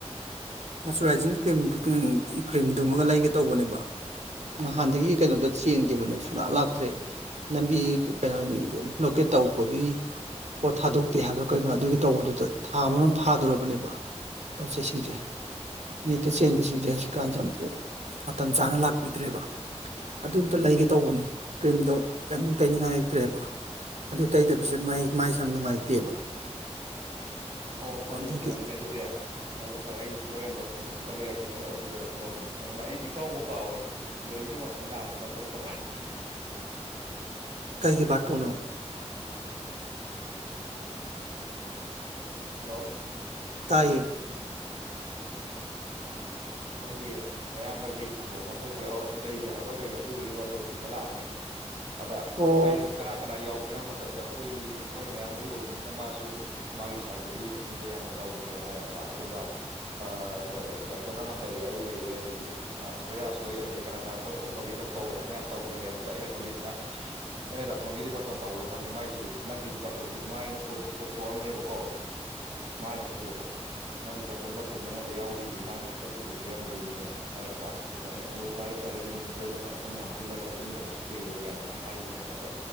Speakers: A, on the right; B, on the right.
A: ꯃꯣꯏꯆꯨꯔꯥꯏꯖꯤꯡ ꯀ꯭ꯔꯤꯝ ꯀ꯭ꯔꯤꯝꯗꯨꯃꯒ ꯂꯩꯒꯦ ꯇꯧꯕꯅꯦꯕ ꯅꯍꯥꯟꯗꯒꯤ ꯀꯩꯅꯣꯗ ꯆꯦꯟꯈꯤꯕꯅꯦ ꯁꯨꯡꯂꯥꯛ ꯂꯥꯛꯇ꯭ꯔꯦ ꯂꯝꯕꯤ ꯀꯩꯅꯣ ꯕ꯭ꯂꯣꯀꯦꯠ ꯇꯧꯕꯒꯤ ꯄꯣꯠ ꯊꯥꯗꯣꯛꯇꯦ ꯍꯥꯏꯕ꯭ꯔꯥ ꯀꯩꯅꯣ ꯑꯗꯨꯒꯤ ꯇꯧꯕꯗꯨꯗ ꯊꯥ ꯑꯃꯔꯣꯝ ꯐꯥꯗꯣꯔꯕꯅꯦꯕ ꯄꯣꯠ ꯆꯩꯁꯤꯡꯁꯦ ꯅꯦꯠꯇ ꯆꯦꯟꯕꯁꯤꯡꯁꯦ ꯍꯧꯖꯤꯛꯀꯥꯟꯁꯦ ꯑꯃꯨꯛ ꯃꯇꯝ ꯆꯥꯅ ꯂꯥꯛꯄꯤꯗ꯭ꯔꯦꯕ ꯑꯗꯨ ꯑꯝꯇ ꯂꯩꯒꯦ ꯇꯧꯕꯅꯦ ꯀ꯭ꯔꯤꯝꯗꯣ ꯀꯦꯝꯃꯨꯛ ꯇꯩꯅꯤꯡꯉꯥꯏ ꯂꯩꯇ꯭ꯔꯦꯕ ꯑꯗꯨ ꯇꯩꯗꯕꯁꯦ ꯃꯥꯢꯁꯦ ꯃꯥꯏꯁꯦ ꯌꯥꯝ ꯅꯨꯡꯉꯥꯏꯇꯦꯕ
B: ꯑꯣ ꯐꯗꯨꯝ
A: ꯑꯗꯨꯒꯤ
B: ꯐꯔꯦꯅꯦ ꯑꯗꯨꯗꯤ ꯐꯗꯨꯝ ꯐꯔꯦ ꯑꯩꯒꯤꯁꯨ ꯍꯣꯔꯦꯟ ꯂꯣꯠꯁꯟ ꯑꯃꯇ ꯂꯩꯔꯛꯀꯦ ꯂꯣꯏ ꯑꯩꯁꯨ ꯂꯣꯏꯔꯛꯇ꯭ꯔꯣꯕꯅꯦ ꯑꯗꯨꯃꯥꯏ ꯑꯩꯗꯤ ꯏꯀꯥꯎꯕꯨ ꯀꯥꯎꯋꯦ ꯖꯣꯅꯤꯗꯣ ꯉꯁꯥꯏ ꯂꯥꯛꯑꯝꯃꯦꯕ ꯕꯥꯇꯣꯟ ꯇꯧꯔꯛꯑꯝꯃꯦ
A: ꯀꯩꯒꯤ ꯕꯥꯇꯣꯟꯅꯣ
B: ꯍꯜꯂꯣ
A: ꯇꯥꯏꯌꯦ
B: ꯃꯣꯏꯒꯤ ꯃꯌꯥꯝꯕꯒꯤ ꯊꯧꯗꯣꯛ ꯑꯃ ꯊꯣꯛꯇꯣꯢ ꯑꯣ ꯖꯩꯒ ꯍꯥꯏꯕ꯭ꯔꯥ ꯀꯩꯅꯣ ꯑꯗꯨꯗꯨꯒꯤ ꯕꯥꯇꯣꯟ ꯊꯤꯟꯕ ꯂꯥꯛꯑꯝꯃꯦ ꯑꯗ
A: ꯑꯣ
B: ꯑꯩꯅ ꯀꯅꯥ ꯀꯅꯥ ꯌꯥꯎ ꯒꯦ ꯍꯥꯏ ꯃꯇꯝꯗ ꯑꯩꯈꯣꯏ ꯃꯣꯏ ꯃꯌꯥꯝꯕꯒꯤ ꯑꯣꯏꯕꯅꯤꯅ ꯃꯥꯁꯨ ꯃꯥꯒꯤ ꯁꯥꯏꯠꯇꯒꯤ ꯑꯣꯏꯅ ꯃꯤꯗꯣ ꯌꯥꯝꯅ ꯇꯧꯗ꯭ꯔꯦ ꯍꯥꯏꯔꯛꯄ ꯑꯗꯨꯒ ꯑ ꯗꯥꯇꯣꯟ ꯅꯪ ꯅꯪ ꯂꯩꯔꯦ ꯑꯩ ꯂꯩꯔꯦ ꯑꯗꯒꯤ ꯊꯣꯏꯔꯥꯥꯁꯣꯏ ꯑꯗꯒꯤ ꯀꯅꯥ ꯀꯅꯥ ꯃꯣꯏ ꯑꯍꯨꯝ ꯃꯔꯤꯈꯛ ꯇꯧꯋꯦ ꯍꯥꯏ ꯃꯌꯥꯝ ꯇꯧꯗ꯭ꯔꯦ ꯑꯗꯨꯗ ꯑꯩꯅ ꯈꯜꯂꯤꯁꯤꯅ ꯑꯩꯅ ꯗꯥꯇꯣꯟꯒꯤꯗꯤ ꯕꯥꯇꯣꯟ ꯇꯧꯈ꯭ꯔꯕ ꯍꯪꯉꯦ ꯃꯒꯤꯁꯨ ꯅꯪꯒꯤꯁꯨ ꯕꯥꯇꯣꯟꯁꯨ ꯃꯅ ꯄꯨꯊꯣꯛꯑꯝꯃꯦꯕꯀꯣ ꯃꯥꯅꯁꯨ ꯅꯪꯒꯤ ꯗꯥꯇꯣꯟ ꯕꯥꯇꯣꯟ ꯃꯉꯣꯟꯗ ꯌꯥꯎꯔꯤꯌꯦ ꯃꯥꯁꯦ ꯆꯠꯍꯟ ꯁꯤꯗ ꯄꯤꯔꯝꯗꯣꯏꯅꯦꯅ ꯍꯥꯏꯔꯛꯄ ꯑꯗꯣ ꯑꯩꯅ ꯍꯣꯏ ꯐꯔꯦ ꯐꯔꯦ ꯑꯗꯨ ꯅꯨꯃꯤꯠꯇꯣ ꯑꯗꯨꯝ ꯑꯩꯈꯣꯏ ꯃꯌꯥꯝ ꯄꯨꯜꯂꯒ ꯄꯨꯟꯗꯕꯁꯨ ꯀꯨꯏꯔꯦ ꯀꯥꯏꯅ ꯑꯗꯨꯃꯥꯏꯅ ꯍꯥꯏꯈꯤꯕꯅꯦ ꯑꯗꯣ